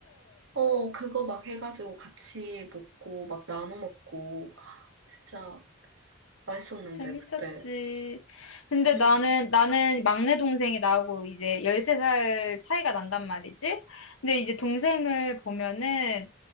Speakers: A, on the right; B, on the left.
A: 어, 그거 막 해가지고 같이 먹고 막 나눠 먹고 진짜 맛있었는데
B: 재밌었지.
A: 그때.
B: 근데
A: 음.
B: 나는, 나는 막내 동생이 나하고 이제 13살 차이가 난단 말이지. 근데 이제 동생을 보면은,